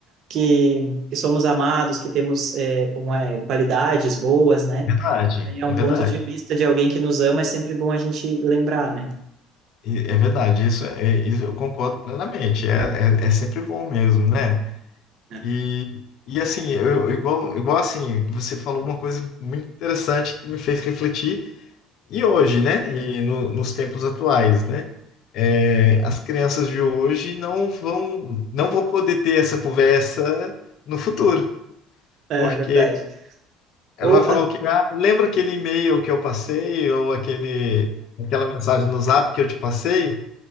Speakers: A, on the right; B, on the left.
A: que, que somos amados, que temos é, como é, qualidades boas, né?
B: É Verdade,
A: Também é
B: é
A: um
B: verdade.
A: ponto de vista de alguém que nos ama, é sempre bom a gente lembrar, né?
B: E- É verdade, isso, é, é, isso eu concordo plenamente. É, é, é sempre bom mesmo, né?
A: É
B: E, e assim, eu, igual, igual assim, você falou uma coisa muito interessante que me fez refletir, e hoje, né? E no- nos tempos atuais, né? É, as crianças de hoje não vão, não vão poder ter essa conversa no futuro,
A: é
B: porque
A: verdade.
B: Ela
A: Ou
B: vai falar o quê? Ah, lembra aquele e-mail que eu passei ou aquele, aquela mensagem no Zap que eu te passei,